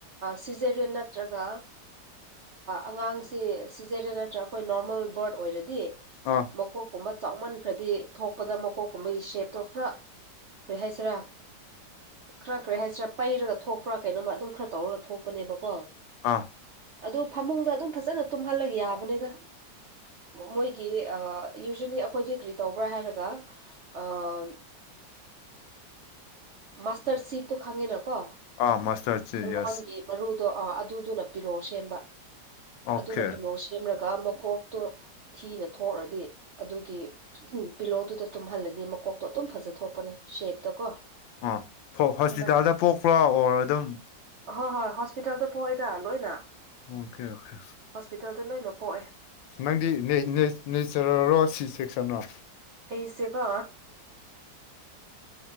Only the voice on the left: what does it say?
ꯑꯥ
ꯑꯥ
ꯑꯥ ꯃꯥꯁꯇꯔꯁꯦ
ꯌꯦꯁ
ꯑꯣꯀꯦ
ꯑꯥ ꯍꯣꯁꯄꯤꯇꯥꯜꯗ
ꯄꯣꯛꯄ꯭ꯔꯥ ꯑꯣꯔ ꯑꯗꯨꯝ
ꯑꯣꯀꯦ ꯑꯣꯀꯦ
ꯅꯪꯗꯤ ꯅꯩꯆꯔꯔꯣ ꯁꯤ ꯆꯦꯛ ꯆꯟ꯭ꯔꯣ